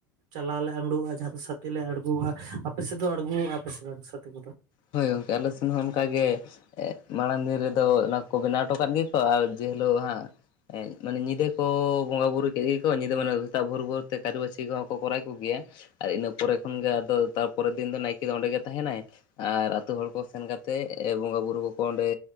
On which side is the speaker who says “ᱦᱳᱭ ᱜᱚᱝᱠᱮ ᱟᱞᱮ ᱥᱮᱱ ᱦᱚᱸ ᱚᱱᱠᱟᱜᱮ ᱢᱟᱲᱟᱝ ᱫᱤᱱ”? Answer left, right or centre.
Left